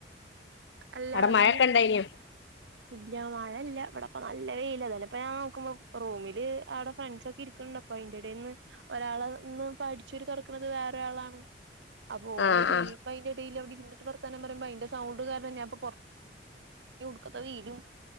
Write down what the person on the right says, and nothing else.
അല്ല
ഇനി ഇല്ല മഴല്ല ഇവിടെ പ്പ നല്ലവെയില്ല അപ്പ ഞാൻ നോക്കുമ്പോ റൂമില് അവിടെ ഫ്രണ്ട്സ് ഒക്കെ ഇരി ക്ക്ണ്ട് അപ്പൊ ആയിന്റെടന്ന് ഒരാളന്ന് അഠിച്ചൂരി തൊറക്ക്ണത് വേറൊരാളാണ് അപ്പൊ ഓളത്
ചെയ്യും
പൊ ആയിന്റേടേല് ഇരിന്നിട്ട് വർത്താനം പറിമ്പേ അയ്ന്റെ സൗണ്ട് കാര്യങ്ങളൊക്കെ <unintelligible> ക്കത്ത വെയിലും